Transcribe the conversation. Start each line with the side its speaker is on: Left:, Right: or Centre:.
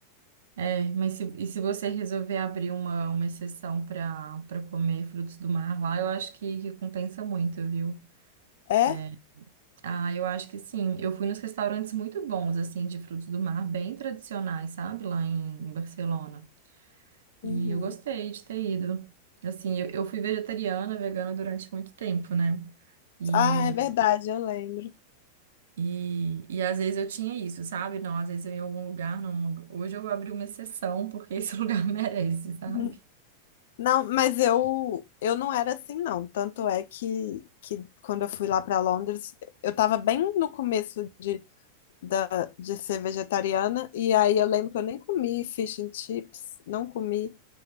Right: É, mas se, e se você resolver abrir uma, uma exceção para para comer frutos do mar lá, eu acho que, que compensa muito, viu?
Left: É?
Right: É, Ah, eu acho que sim. Eu fui nos restaurantes muito bons, assim, de frutos do mar, bem tradicionais, sabe? Lá em, em Barcelona.
Left: Uhum.
Right: E eu gostei de ter ido. Assim, eu, eu fui vegetariana, vegana durante muito tempo, né? E,
Left: Ah, é verdade, eu lembro.
Right: e, e às vezes eu tinha isso, sabe? Não, às vezes eu ia em algum lugar, não. Hoje eu abri uma exceção porque esse <laughs> lugar merece, sabe?
Left: <laughs> Não, mas eu eu não era assim não. Tanto é que, que quando eu fui lá para Londres, eu estava bem no começo de da, de ser vegetariana e aí eu lembro que eu nem comi fish and chips, não comi.